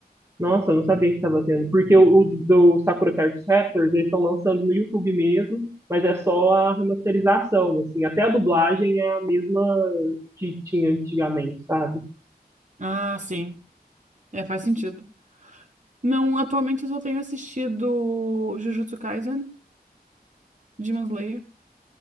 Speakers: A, on the right; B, on the right.
A: Nossa, eu não sabia que estava tendo. Porque o, o do Sakura Card Captors, eles estão lançando no YouTube mesmo, mas é só a remasterização, assim. Até a dublagem é a mesma que tinha antigamente, sabe?
B: Ah, sim. É, faz sentido. Não, atualmente eu só tenho assistido Jujutsu Kaisen, Demon Slayer,